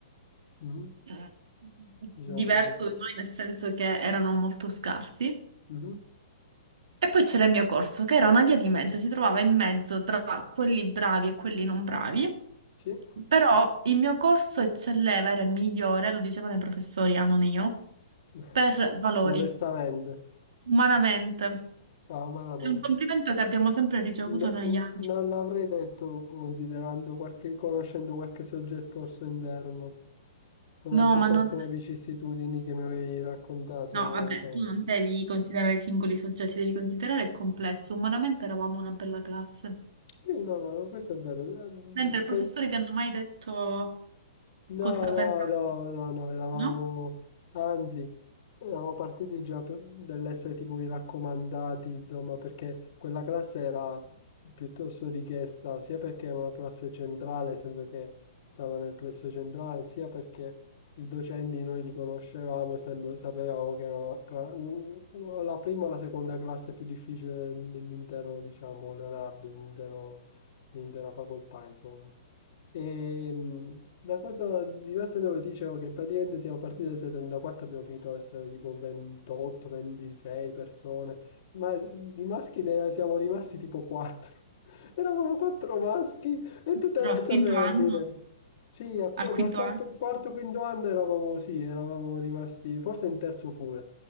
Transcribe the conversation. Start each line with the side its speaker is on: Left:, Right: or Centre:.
Left: mh,
Right: eh,
Left: diciamo
Right: diverso
Left: un pochino.
Right: da noi, nel senso che erano molto scarsi.
Left: Mh-mh,
Right: E poi c'era il mio corso, che era una via di mezzo, si trovava in mezzo tra quelli bravi e quelli non bravi.
Left: sì.
Right: Però il mio corso eccelleva, era il migliore, lo dicevano i professori, ah, non io,
Left: <laughs>
Right: per valori,
Left: Modestamente,
Right: umanamente.
Left: ah, umanamente.
Right: È un complimento che abbiamo sempre ricevuto
Left: N-
Right: negli
Left: n-
Right: anni.
Left: non l'avrei detto considerando qualche, conoscendo qualche soggetto al suo interno, soprattutto
Right: No, ma non...
Left: alcune vicissitudini che mi avevi raccontato
Right: No, vabbè,
Left: ai tempi.
Right: tu non devi considerare i singoli soggetti, devi considerare il complesso. Umanamente eravamo una bella classe.
Left: Sì, no, no, no, questo è vero. Eh,
Right: Mentre
Left: rispe-
Right: il professore vi hanno mai detto
Left: No,
Right: cosa
Left: no,
Right: pensate,
Left: no, no, no, eravamo,
Right: no?
Left: anzi, eravamo partiti già per- dall'essere tipo i raccomandati, insomma, perché quella classe era piuttosto richiesta, sia perché era una classe centrale, nel senso che stava nel plesso centrale, sia perché i docenti noi li conoscevamo, essendo- sapevamo che era una cla- u- u- la prima o la seconda classe più difficile dell'intero, diciamo, Leonardo, dell'intero- dell'intera facoltà, insomma. E, mh, la cosa divertente che ti dicevo è che praticamente siamo partiti da 34, abbiamo finito a essere tipo 28, 26 persone, ma s- di maschi ne siamo rimasti tipo 4. <laughs> Eravamo 4 maschi e tutto
Right: Però
Left: il resto
Right: al quinto
Left: femmine.
Right: anno,
Left: Sì, a qu-
Right: al quinto
Left: dal quarto,
Right: anno,
Left: quarto, quinto anno eravamo, sì, eravamo rimasti, forse in terzo pure,